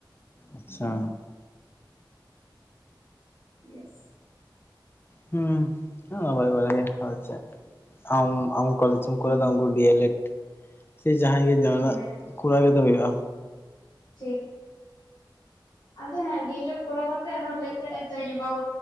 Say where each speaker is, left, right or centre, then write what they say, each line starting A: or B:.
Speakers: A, on the left; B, on the left.
A: ᱟᱪᱪᱷᱟ,
B: ᱤᱭᱮᱥ᱾
A: ᱦᱩᱸ ᱱᱟᱯᱟᱭ ᱵᱟᱲᱟ ᱜᱮ ᱟᱨ‌ ᱪᱮᱫ‌ ᱟᱢ ᱟᱢ, ᱠᱚᱞᱮᱡᱽ ᱮᱢ ᱠᱚᱨᱟᱣ
B: ᱦᱩᱸ
A: ᱮᱫᱟ ᱩᱱᱠᱩ ᱰᱤ ᱮᱞ ᱮᱰ ᱥᱮ ᱡᱟᱦᱟᱸᱭ ᱜᱮ ᱡᱟᱦᱱᱟᱜ
B: ᱦᱮᱸ
A: ᱠᱚᱨᱟᱣ ᱜᱮ ᱫᱚ ᱦᱩᱭᱩᱜᱼᱟ᱾
B: ᱴᱷᱤᱠ ᱟᱫᱚ ᱦᱮ ᱰᱤᱭᱮ ᱞᱮᱴ᱾ ᱠᱚᱨᱟᱣ ᱠᱟᱛᱮᱜ ᱟᱨᱦᱚᱸ ᱞᱟᱹᱭ ᱛᱮᱡ ᱮ ᱛᱮᱡ ᱛᱤᱧ ᱜᱚᱜ